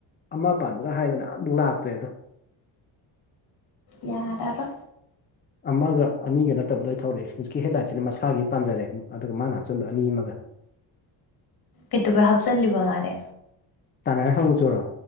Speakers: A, on the left; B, on the left.
A: ꯑꯃ ꯄꯥꯟꯕꯒ ꯍꯥꯏꯗꯅ ꯑꯝꯕꯨꯛ ꯂꯥꯛꯇ꯭ꯔꯦꯗ
B: ꯌꯥꯔꯔꯣꯏ
A: ꯑꯃꯒ ꯑꯅꯤꯒ ꯅꯠꯇꯕ ꯂꯣꯏ ꯊꯧꯔꯦ ꯍꯧꯖꯤꯛꯀꯤ ꯍꯦꯠꯂꯥꯏꯠꯁꯤꯅ ꯃꯁꯥꯒꯤ ꯑꯃ ꯄꯥꯟꯖꯔꯦ ꯑꯗꯨꯒ ꯃꯥꯅ ꯍꯥꯞꯆꯤꯟꯕ ꯑꯅꯤ ꯑꯃꯒ
B: ꯀꯩꯇꯧꯕꯩ ꯍꯥꯞꯆꯤꯜꯂꯤꯕ ꯉꯥꯔꯦ
A: ꯇꯥꯟꯅꯔ ꯍꯪꯆꯣꯔꯔꯣ